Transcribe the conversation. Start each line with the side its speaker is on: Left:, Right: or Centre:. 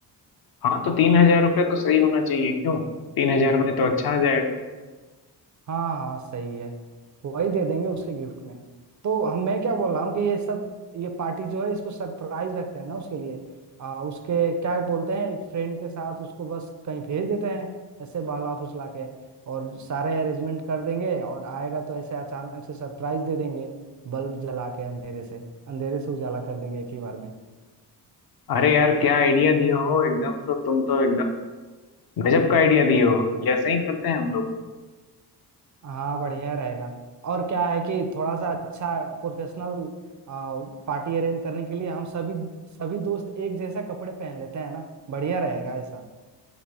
Left: हाँ तो तीन हजार रुपये तो सही होना चाहिए क्यों तीन हजार में तो अच्छा आ जाएगा
Right: हाँ हाँ हाँ सही है वही दे देंगे उसके गिफ्ट में तो हम मैं क्या बोल रहा हूँ कि ये सब ये पार्टी जो है इसको सरप्राइज रखते हैं ना उसके लिए आ, उसके क्या बोलते हैं एक फ्रेंड के साथ उसको बस कहीं भेज देते हैं ऐसे बहला फुसला के और सारे अरेंजमेंट कर देंगे और आएगा तो ऐसे अचानक से सरप्राइज दे देंगे बल्ब जला के अंधेरे से अंधेरे से उजाला कर देंगे एक ही बार में
Left: अरे यार क्या आइडिया दिए हो एकदम तो तुम तो एकदम गजब का आइडिया दिए हो ये ऐसे ही करते हैं हम लोग
Right: हाँ बढ़िया रहेगा और क्या है कि थोड़ा सा अच्छा प्रोफेशनल पार्टी अरेंज करने के लिए हम सभी सभी दोस्त एक जैसा कपड़े पहन लेते हैं ना बढ़िया रहेगा ऐसा